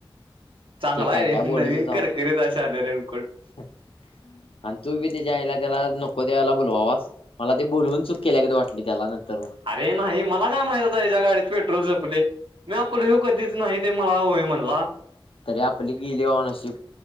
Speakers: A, on the right; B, on the left.
A: चांगला
B: ते काय
A: आहे रे
B: काय बोलतच
A: नवीन
B: जावा
A: करकरीत आहे शहाण्या रेनकोट
B: आणि तू बी त्याच्या आईला त्याला नको द्यायला बोलवावास मला ते बोलवून चुकी केल्यागत वाटली त्याला नंतर मग
A: अरे नाही मला काय माहित याच्या गाडीत पेट्रोल संपलय. मी आपलं कधीच नाय त्यो हो म्हणला
B: तरी आपली गेली बाबा नशीब